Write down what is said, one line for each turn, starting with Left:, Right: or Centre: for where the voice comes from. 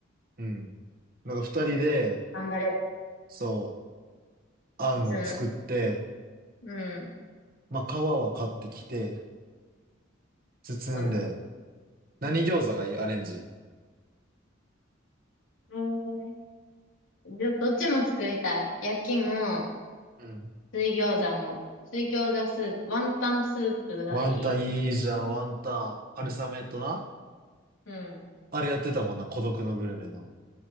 Right: うん。なんか二人で、
Left: 頑張る。
Right: そう、あんを作って、
Left: 普通の、うん。
Right: まあ、皮は買ってきて、包んで、
Left: そうなの。
Right: 何餃子がいいアレンジ。
Left: <laughs> うん。ど、どっちも作りたい。焼きも、
Right: うん。
Left: 水餃子も。水餃子スープ、ワンタンスープがいい。
Right: ワンタンいいじゃん、ワンタン。春雨とな。
Left: うん。
Right: あれやってたもんな、孤独のグルメの。